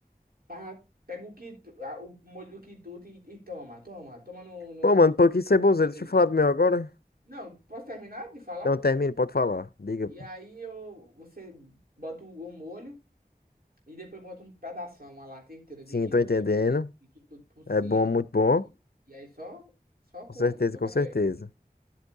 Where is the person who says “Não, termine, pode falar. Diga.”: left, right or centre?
Left